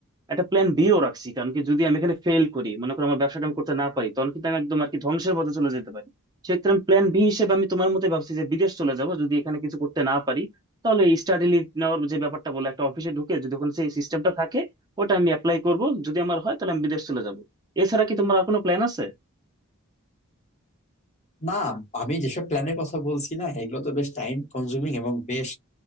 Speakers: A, on the right; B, on the left.
A: একটা প্ল্যান বিও রাখছি কারণ কি যদি আমি এখানে ফেল করি মনে করো আমার ব্যবসাটা আমি করতে না পারি তখন কিন্তু আমি একদম আর কি ধ্বংসের পথে চলে যেতে পারি সেক্ষেত্রে আমি প্ল্যান বি হিসেবে আমি তোমার মতে ভাবছি যে বিদেশ চলে যাব যদি এখানে কিছু করতে না পারি তাহলে স্টাডি লিভ নেওয়ার যে ব্যাপারটা বলে একটা অফিসে ঢুকে যদি ওখানে সেই সিস্টেমটা থাকে ওটা আমি অ্যাপ্লাই করব যদি আমার হয় তাহলে আমি বিদেশ চলে যাব এছাড়া কি তোমার আর কোনো প্ল্যান আছে
B: না আমি যেসব প্ল্যানের কথা বলছি না এগুলো তো বেশ টাইম কনজিউমিং এবং বেশ